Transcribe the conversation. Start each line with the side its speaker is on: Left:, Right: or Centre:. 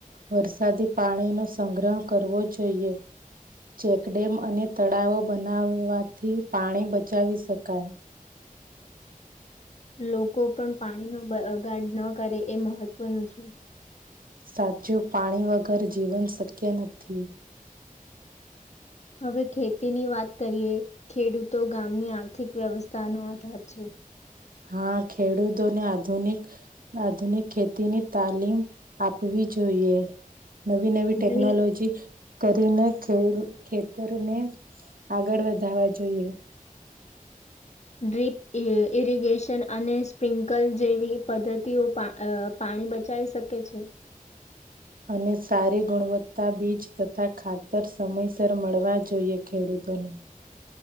Right: વરસાદી પાણીનોો સંગ્રહ કરવો જોઈએ ચેકડેમ અને તળાવો બનાવવાથી પાણી બચાવી શકાય
Left: લોકો પણ પાણી ન ગાડ ન કરે એ મહત્વનું છે
Right: સાચું પાણી વગર જીવન શક્ય નથી
Left: હવે ખેતીની વાત કરીએ ખેડૂતો ગામની આર્થિક વ્યવસ્થાનો આધાર છે
Right: હા ખેડૂતોને આધુનિક આધુનિક ખેતીની તાલીમ આપવી જોઈએ નવી નવી
Left: ડ્રી
Right: ટેકનોલોજી કરીને ખે ખેતરને આગળ વધવા જોઈએ.
Left: ડ્રીપ ઇરિગેશન અને સ્પ્રિન્કલ જેવી પદ્ધતિઓ પાણી બચાવી શકે છે.
Right: અને સારી ગુણવત્તા બીજ તથા ખાતર સમયસર મળવા જોઈએ ખેડૂતોને.